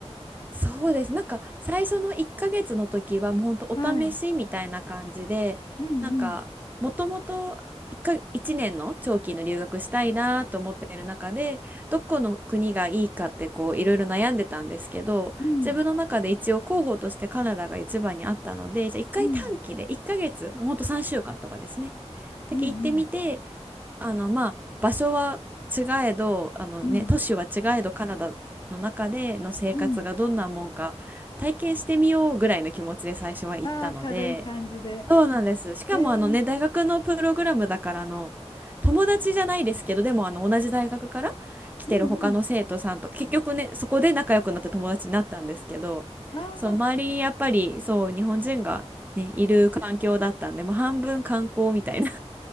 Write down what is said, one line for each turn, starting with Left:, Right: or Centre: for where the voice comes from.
Right: そうです。なんか最初の1ヶ月の時はもうほんとお試しみたいな感じで、
Left: はい、うん、うん、
Right: なんかもともと1か、1年の長期の留学したいなと思っている中で、どこの国がいいかってこういろいろ悩んでたんですけど、
Left: うん、
Right: 自分の中で一応候補としてカナダが一番にあったので、じゃあ1回短期で1ヶ月、
Left: うん、
Right: ほんと3週間とかですね。だけ行ってみて、
Left: うん、
Right: あのまあ場所は違えどあの、
Left: うん、
Right: ね、都市は違えどカナダの中での生活がどんなもんか体験してみようぐらいの気持ちで最初は行ったので
Left: うん。ああー、軽い感じで。
Right: そうなんですしかもあの、
Left: えー、
Right: ね、大学のプログラムだからあの友達じゃないですけどでもあの同じ大学から来てる他の生徒さんと結局ねそこで仲良くなって友達になったんですけどそう周りにやっぱりそう日本人が、
Left: うん、うん。ああ、すうん
Right: ね、いる環境だったんでもう半分観光みたいな